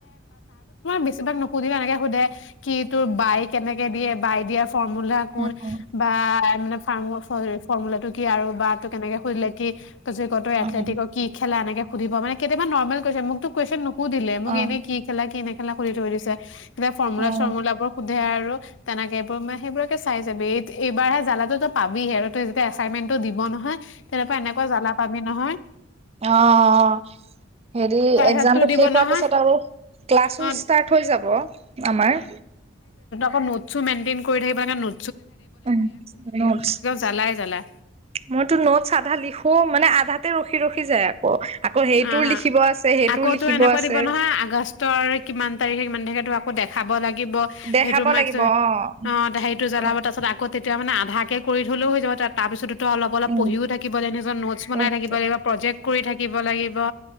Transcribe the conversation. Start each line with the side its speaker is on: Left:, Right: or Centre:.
Left: বেছিভাগ নুসোধিলে এনেকে সোধে কি তোৰ বাই কেনেকে দিয়ে? বাই দিয়া ফৰ্মুলা কোন
Right: অ',
Left: বা মানে ফ-ফৰ্মুলাটো কি আৰু বা তোক এনেকে সুধিলে কি তই যদি ক তই এথলেটিক
Right: অ',
Left: কি এনেকে সুধিব মানে, কেইটা মান নৰ্মেল কুৱেশ্চন, মোকতো কুৱেশ্চন নো শুদিলে, মোক
Right: অ',
Left: ইনেই কি খেলাই, কি নে খেলা খুলি থৈ দিছে ফৰ্মুলা
Right: অ',
Left: চৰ্মুলাবোৰ সেয়া আৰু তেনেকে এইবোৰ মে সেইবোৰকে চাই যাবি, এই-এইবাৰহে জালাতো তই পাবিহে আৰু তই যেতিয়া এচাইনমেন্টটো দিব নহয় । তেনেকুৱা-এনেকুৱা জ্বালা পাবি নহয়।
Right: অ-অ, অ হেৰি
Left: তাৰপিছত
Right: এক্সামটো
Left: তোৰ দিব
Right: শেষ হোৱাৰ
Left: নহয়
Right: পিছত আৰু ক্লাছো
Left: অ
Right: ষ্টাৰ্ট হৈ যাব আমাৰ।
Left: নোট-চোট মেইনেইন কৰি থাকিব লাগে নে, নো
Right: ওম নটচ,
Left: জ্বালাই জ্বালা
Right: মইতো নোটছ আধা লিখো, মানে আধা তাতে ৰখি-ৰখি যায় আকৌ। আকৌ সেইটোও
Left: অ
Right: লিখিব আছে। সেইটোও
Left: আকৌ
Right: লিখিব
Left: তো এনেকুৱা
Right: আছে
Left: দিব নহয় আগষ্টৰ কিমান তাৰিখে, কিমান তাৰিখে আকৌ দেখ খাব লাগে। থাকিব,
Right: দেখাব
Left: সেইটো মাক্স
Right: লাগিব
Left: ন
Right: অ'।
Left: সেইটো জ্বলাব
Right: অ',
Left: আকৌ তে তেতিয়া মানে আধা কে কৰি থলেও হৈ যাব তাৰপিছটো অলপ-অলপ
Right: উম,
Left: পঢ়িও থাকিব লাগিব নিজৰ নোছ
Right: পঢ়ি
Left: বনাই থাকিব
Right: থাক
Left: লাগিব, প্ৰজেক্ট কৰি থাকিব লাগিব।